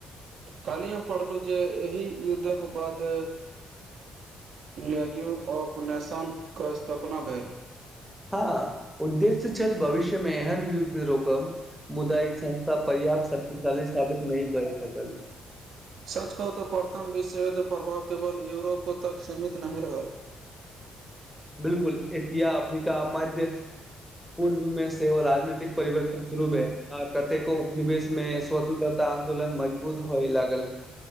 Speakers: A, on the right; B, in the centre.
A: काल्हि हम पढ़लहु जे एहि युद्धक बाद लैग्यू ऑफ नेशनके स्थापना भेल
B: हँ उद्देश्य छल भविष्यमें एहन युद्ध रोकब मुद्दा संस्था पर्याप्त शक्तिशाली साबित नहि बन सकल
A: सच कहू तऽ प्रथम विश्वयुद्ध प्रभाव केवल यूरोप तक सीमित नहि रहल
B: बिलकुल एशिया अफ्रीका मध्य पूर्वमें राजनीतिक परिवर्तन शुरू है कतेको उपनिवेश मेँ स्वतंत्रता आन्दोलन मज बहुत होय लागल